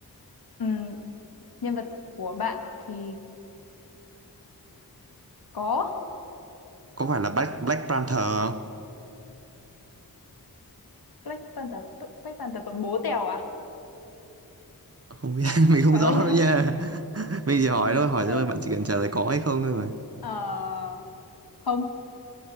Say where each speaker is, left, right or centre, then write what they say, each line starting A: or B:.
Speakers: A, on the left (about 75°); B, on the right (about 40°).
A: Ừm, nhân vật của bạn thì có
B: có phải là Black Black Panther không
A: Black Panther Black Black Panther còn bố Tèo à?
B: không biết <laughs>
A: Đó,
B: mình không
A: Phải
B: rõ
A: không nhỉ?
B: nữa nha <laughs> mình chỉ hỏi
A: <laughs>
B: thôi hỏi thôi bạn chỉ cần trả lời có hay không thôi mà
A: Ờ, không.